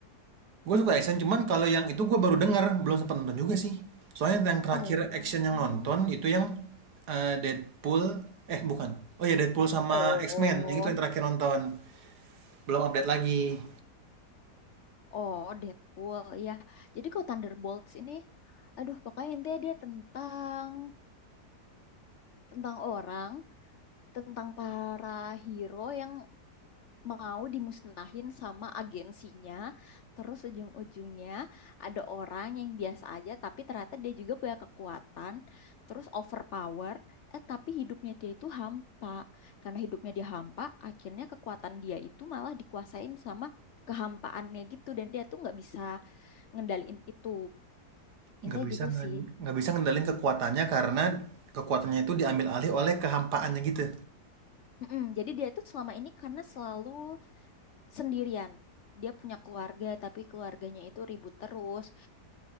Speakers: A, on the right; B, on the left.
A: Gue suka action, cuman kalau yang itu gue baru dengar, belum sempat nonton juga sih. Soalnya yang terakhir
B: oh
A: action yang nonton itu yang eh, Deadpool, eh bukan. Oh ya Deadpool sama
B: Oh,
A: X-Men, yang itu yang terakhir nonton. Belum update lagi.
B: oh Deadpool ya. Jadi kalau Thunderbolts ini, aduh pokoknya intinya dia tentang tentang orang tentang para hero yang mau dimusnahin sama agensinya. Terus ujung-ujungnya ada orang yang biasa aja tapi ternyata dia juga punya kekuatan, terus overpower, eh tapi hidupnya dia itu hampa. Karena hidupnya dia hampa, akhirnya kekuatan dia itu malah dikuasain sama kehampaannya gitu dan dia tuh nggak bisa ngendaliin itu.
A: Nggak
B: Indah
A: bisa
B: gitu
A: ngan
B: sih.
A: nggak bisa ngendalin kekuatannya karena kekuatannya itu diambil alih oleh kehampaannya gitu?
B: Mm-mm, Jadi dia itu selama ini karena selalu sendirian. Dia punya keluarga, tapi keluarganya itu ribut terus.